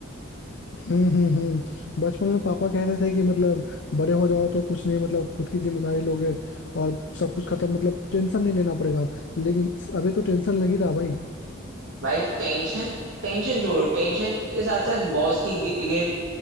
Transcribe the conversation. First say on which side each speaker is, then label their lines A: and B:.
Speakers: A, on the left; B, on the right.
A: हम्म हम्म हम्म बचपन में पापा कहते थे कि मतलब बड़े हो जाओ तो कुछ नहीं मतलब खुद की जिम्मेदारी लोगे और सब कुछ खत्म मतलब टेंशन नहीं लेना पड़ेगा लेकिन अभी तो टेंशन लग ही रहा भाई
B: भाई टेंशन टेंशन जोड़ो टेंशन के साथ साथ बॉस की गिर गिर